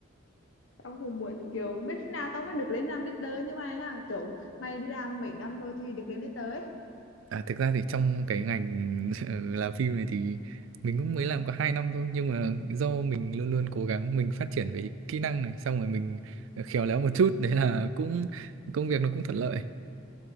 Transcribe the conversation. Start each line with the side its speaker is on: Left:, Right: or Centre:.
Left: tao cũng muốn kiểu biết khi nào tao mới được lên làm leader như mày ha kiểu mày đi làm mấy năm rồi thì được lên leader ấy
Right: À, thực ra thì trong cái ngành <laughs> ừ, làm phim này thì mình cũng mới làm có 2 năm thôi nhưng mà do mình luôn luôn cố gắng mình phát triển về kỹ năng này xong rồi mình ờ, khéo léo một chút đấy là cũng công việc nó cũng thuận lợi